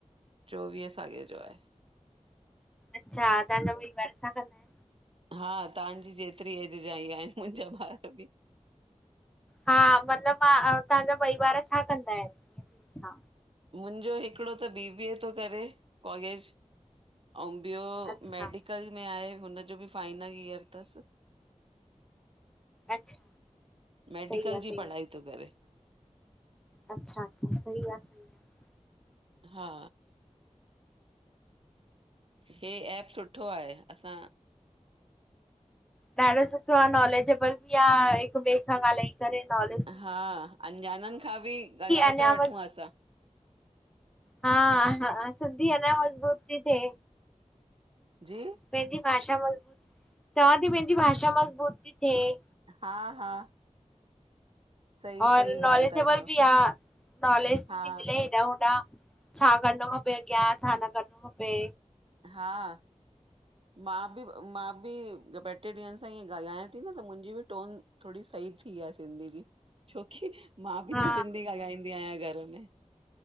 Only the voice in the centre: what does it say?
अच्छा तव्हां जा ॿयी ॿार छा कंदायेन?
हा मतिलबु मां तव्हांजा ॿयी ॿार छा कंदा आहिनि? हा
अच्छा
अच्छा
सही आ सही
अच्छा-अच्छा सही आ। आ।
ॾाढो सुठो आहे नॉलेजेबल बि आहे हिकु ॿिए सां ॻाल्हाईंद छडे नालेज
अञा
हा हा सिंधी अंञा मज़बूत थी थि
पंहिंजी भाषा मज़बूत चवां थी पंहिंजी भाषा मज़बूत थीी थिए
और
नॉलेजबल
बि आहे नॉलेज बि
मिले हेॾा होॾा छा करिणो खपे अॻियां छा न करणो खपे
हा